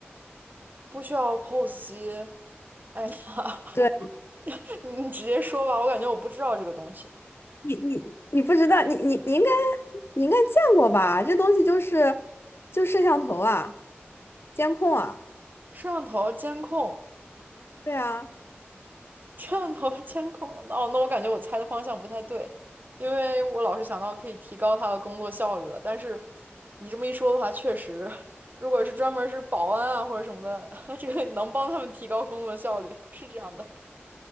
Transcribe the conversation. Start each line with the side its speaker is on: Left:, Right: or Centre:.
Right: 不需要 POS 机。哎呀，
Left: 对，
Right: <laughs> 你你直接说吧，我感觉我不知道这个东西。
Left: 你你你不知道，你你你应该你应该见过吧？这东西就是就摄像头啊，监控啊，
Right: 摄像头监控
Left: 对啊，
Right: <laughs> 摄像头监控哦，那我感觉我猜的方向不太对，因为我老是想到可以提高他的工作效率了。但是你这么一说的话，确实，如果是专门是保安啊或者什么的，<laughs> 这个能帮他们提高工作效率，是这样的。